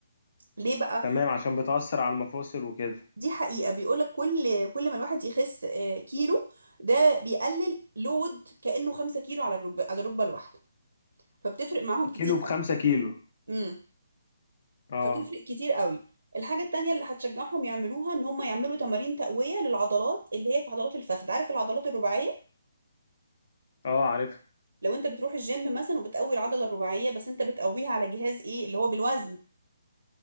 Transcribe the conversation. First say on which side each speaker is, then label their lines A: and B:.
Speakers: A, on the right; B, on the left.
A: ليه بقى
B: تمام عشان بتأثر على المفاصل وكده
A: دي حقيقة بيقولك كل كل ما الواحد يخس آه، كيلو ده بيقلل لود كأنه خمسة كيلو على الركبة على الركبة الواحدة فبتفرق معاهم كتير
B: كيلو بخمسة كيلو
A: قوي
B: اه
A: فتفرق كتير قوي الحاجة التانية اللي هتشجعهم يعملوها ان هم يعملوا تمارين تقوية للعضلات اللي هي في عضلات الفخذ عارف العضلات الرباعية
B: اه عارفها
A: لو انت بتروح الجيم مثلا وبتقوي العضلة الرباعية بس انت بتقويها على جهاز ايه اللي هو بالوزن